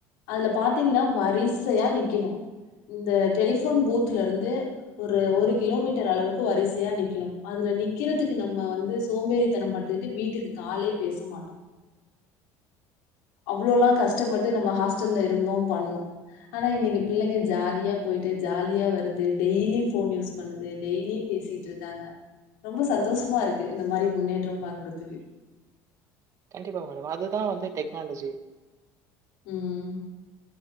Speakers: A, on the left; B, on the right.
A: அதுல பாத்தீங்ன்னா வரிசையா நிக்கிணு இந்த டெலிஃபோன் பூத்துலருந்து ஒரு ஒரு கிலோமீட்டர் அளவுக்கு வரிசையா நிக்கணு அதுல நிக்கிறதுக்கு நம்ம வந்து சோம்பேறித்தனோ பட் டுட்டு வீட்டுக்கு காலே பேச மாட்டோ அவ்ளோலா கஷ்ட்டப்பட்டு நம்ம ஹாஸ்டல்ல இருந்தோம் பண்ணோ ஆனா இன்னைக்கு பிள்ளைங்க ஜாலியா போயிட்டு ஜாலியா வருது டெய்லி ஃபோன் யூஸ் பண்ணுது டெய்லியும் பேசிட்டு இருக்காங்க ரொம்ப சந்தோஷமா இருக்கு இந்த மாரி முன்னேற்றம் பாக்குறதுக்கு
B: கண்டிப்பா மேடம் அதுதா வந்து டெக்னாலஜி
A: ம்